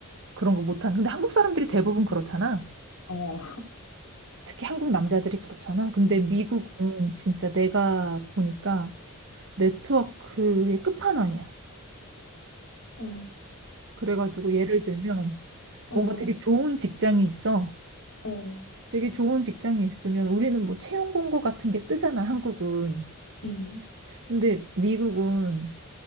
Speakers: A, on the right (about 60°); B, on the left (about 85°).
A: 그런 거 못한. 근데 한국 사람들이 대부분 그렇잖아.
B: 어. 어.
A: 특히 한국 남자들이 그렇잖아. 근데 미국은 진짜 내가 보니까 네트워크의 끝판왕이야.
B: 어.
A: 그래가지고 예를 들면
B: 어.
A: 뭔가 되게 좋은 직장이 있어.
B: 어.
A: 되게 좋은 직장이 있으면 우리는 뭐 채용 공고 같은 게 뜨잖아, 한국은.
B: 음.
A: 근데 미국은